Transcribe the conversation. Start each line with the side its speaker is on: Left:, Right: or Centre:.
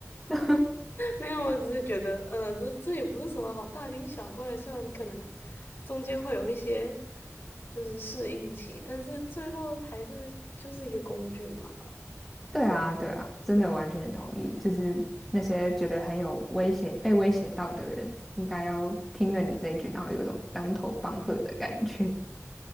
Centre: <laughs>
Left: 没有，我只是觉得，呃，这这也不是什么好大惊小怪，虽然可能中间会有一些就是适应期，但是最后还是就是一个工具嘛，
Centre: 对啊，对啊，真的完全同意，就是那些觉得很有威胁、被威胁到的人，应该要听了你这一句，然后有一种当头棒喝的感觉。